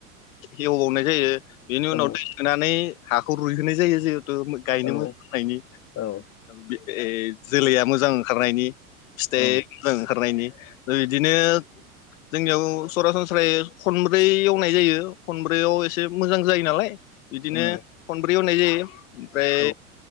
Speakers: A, on the left; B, on the left.
A: एवबावनाय जायो। बेनि
B: औ
A: उनाव दै सोनानै हाखौ रुइहोनाय जायो जे <unintelligible> गायनो
B: औ
A: मोजां जानायनि
B: औ
A: बे ए जोलैया मोजां ओंखारनायनि फिथाइदों
B: औ
A: ओंखारनायनि ओ‌ इदिनो जोंनियाव सरासनस्रायै खनब्रै एवनाय जायो खनब्रैयाव एसे मोजां जायो नालाय। बिदिनो
B: उम
A: खनब्रै एवनाय जायो। ओमफ्राय
B: औ